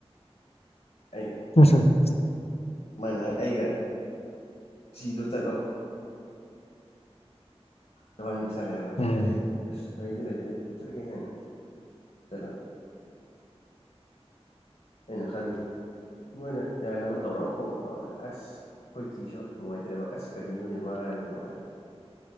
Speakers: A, on the left; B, on the left.
A: ꯑꯩ
B: ꯎ <unintelligible>
A: ꯃꯥꯅ ꯍꯥꯏꯔ ꯑꯩꯒ ꯆꯤꯗꯣ ꯆꯠꯂꯣ ꯅꯕꯅꯤ ꯄꯩꯁꯥ ꯂꯩꯔꯝꯃꯅꯤ
B: ꯎꯝ
A: ꯍꯥꯏꯌꯦ ꯑꯁ ꯂꯩꯗꯤ ꯂꯩꯇꯦ ꯑꯗꯨꯝ ꯆꯠꯂꯒꯦ ꯍꯦꯅ ꯆꯠꯂꯦ ꯑꯩꯅ ꯈꯪꯕꯗ ꯅꯣꯏꯅ ꯌꯥꯅꯕ ꯇꯧꯔꯛꯑ ꯀꯥꯎ ꯇꯧꯔꯛꯑꯦ ꯑꯁ ꯑꯩꯈꯣꯏ ꯆꯤꯁꯨ ꯅꯨꯡꯉꯥꯏꯇ꯭ꯔꯦꯕ ꯑꯁ ꯀꯔꯤ ꯅꯣꯅꯦꯕ ꯍꯥꯏꯁꯤꯕꯨ